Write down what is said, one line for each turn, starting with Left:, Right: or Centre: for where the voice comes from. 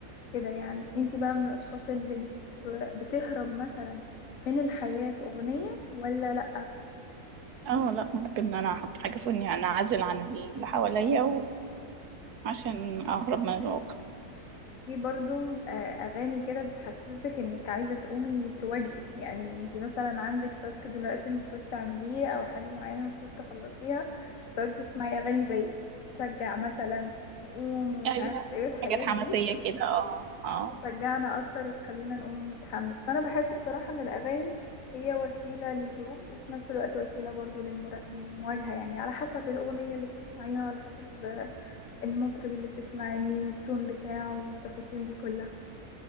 Left: كده يعني انتي بقى من الاشخاص اللي بت... بتهرب مثلا من الحياة في اغنية ولا لا
Right: اه لا ممكن ان انا احط حاجه في ودني يعني اعزل عن اللي حواليا وعشان اهرب من الواقع
Left: في برضو آه، اغاني كده بتحسسك انك عايزة تقومي تواجهي يعني انتي مثلا عندك تاسك دلوقتي المفروض تعمليه او حاجة معينة المفروض تخلصيها بتقعدي تسمعي اغاني زي تشجع مثلا وقوم ومش
Right: ايوه
Left: عارف ايه الحاجات
Right: حاجات حماسيه
Left: دي
Right: كده اه اه
Left: تشجعنا اكتر وتخلينا نقوم نتحمس فانا بحس بصراحة ان الاغاني هي وسيلة للهروب وفي نفس الوقت وسيلة برضو للمرا- للمواجهة يعني على حسب الاغنية اللي بتسمعيها وعلى حسب المطرب اللي بتسمعيه والتون بتاعه والتفاصيل دي كلها